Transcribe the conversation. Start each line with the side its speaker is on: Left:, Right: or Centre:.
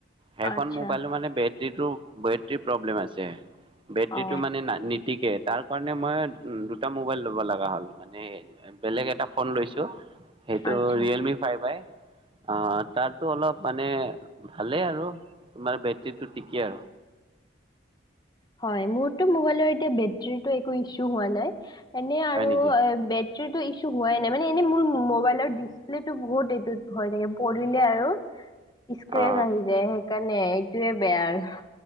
Right: সেইখন
Left: আচ্ছা
Right: মোবাইলৰ মানে বে টেটো বেটৰী প্ৰব্লেম আ ছে বেটৰীটো
Left: অ
Right: মানে নিটিকে তাৰ কাৰণে মই উম, দুটা মোবাইল ল'ব লগা হ'ল মানে বেলেগ এটা ফোন লৈছো। সেইটো
Left: আচ্ছা
Right: ৰিয়েলমি ফাইভ আই। অ', তাতটো অলপ মানে ভালেই আৰু। তোমাৰ বেটৰীটো টেকে আৰু।
Left: হয়, মোৰটো মোবাইলৰ এতিয়া বেটৰীটোৰ একো ইছু হোৱা নাই। এনে আৰু
Right: হয় নেকি
Left: এ, বে যিটো ইছু হোৱাই নাই মানে এনেই মোৰ মোবাইলৰ ডিচপ্লেটো বহুত এইটোত ভয় থাকে পৰিলে আৰু স্ক্ৰেচ
Right: অ
Left: আহি যায় সেইকাৰণে সেইটোৱে বেয়া আৰু।